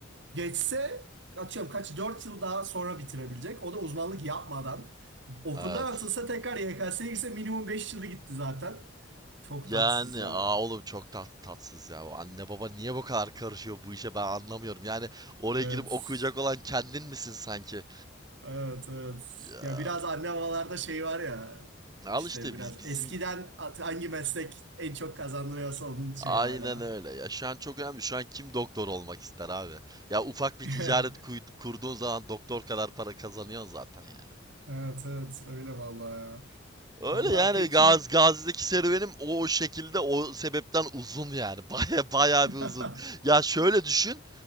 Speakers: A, on the right (about 65°); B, on the right (about 20°).
A: geçse atıyorum kaç 4 yıl daha sonra bitirebilecek. O da uzmanlık yapmadan okuldan
B: evet.
A: atılsa tekrar YKS'ye girse minimum 5 yılı gitti zaten. Çok
B: Yani
A: tatsız ya.
B: aa oğlum çok tat, tatsız ya. O Anne baba niye bu kadar karışıyor bu işe ben anlamıyorum. Yani oraya
A: Evet.
B: girip okuyacak olan kendin misin sanki?
A: Evet, evet.
B: Ya,
A: Ya biraz anne babalarda şey var ya
B: al
A: işte
B: işte
A: biraz
B: biz bizim
A: eskiden at- hangi meslek en çok kazandırıyorsa onun şey
B: aynen
A: hala.
B: öyle. Ya şu an çok önemli. Şu an kim doktor olmak ister abi? Ya ufak bir
A: <laughs>
B: ticaret kuy- kurduğun zaman doktor kadar para kazanıyorsun zaten yani.
A: Evet, evet. Öyle vallahi ya.
B: Öyle
A: Vallahi
B: yani
A: peki
B: Gaz Gazi'deki serüvenim o şekilde o sebepten uzun yani. <laughs> Baya baya
A: <laughs>
B: bir uzun. Ya şöyle düşün.